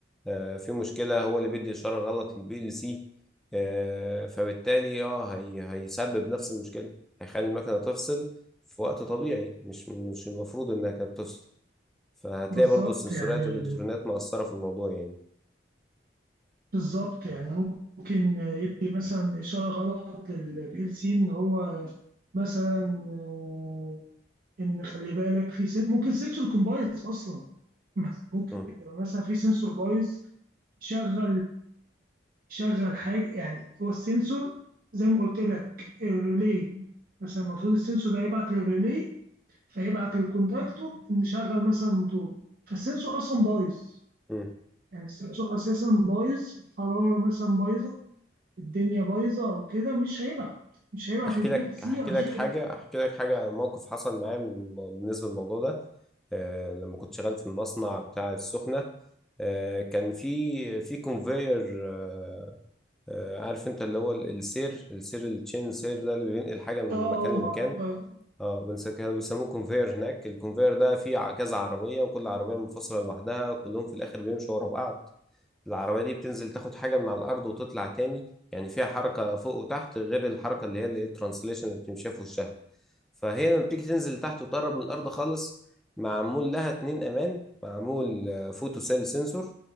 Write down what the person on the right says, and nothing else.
بالظبط
يعني
بالظبط يعني ممكن يدي مثلا إشارة غلط للبي ال سي إن هو مثلا آه، إن خلي بالك في سن... ممكن سنسور يكون بايظ أصلا ممكن
يبقى مثلا في سنسور بايظ شغل شغل حاجة يعني هو السنسور زي ما قلت لك الريلي مثلا المفروض السنسور ده يبعت للريلي فيبعت للكونتاكتور إن شغل مثلا الموتور فالسنسور أصلا بايظ
يعني السنسور أساسا بايظ الحرارة مثلا بايظة الدنيا بايظه او كده مش هيبعت مش هيبعت
البي
ال سي
عشان
اه اه
آه،